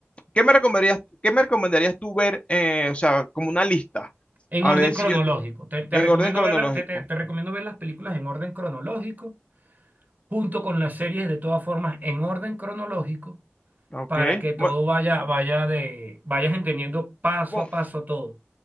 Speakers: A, on the left (about 25°); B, on the right (about 40°).
A: ¿Qué me recomendarías, qué me recomendarías tú ver, eh, o sea, como una lista?
B: En
A: A
B: orden
A: ver
B: cronológico.
A: si yo,
B: Te, te
A: en
B: recomiendo
A: orden cronológico.
B: ver la- te, te- te recomiendo ver las películas en orden cronológico, junto con las series de todas formas en orden cronológico,
A: Ok.
B: para que todo
A: Bueno,
B: vaya, vaya de, vayas entendiendo paso
A: supon-
B: a paso todo.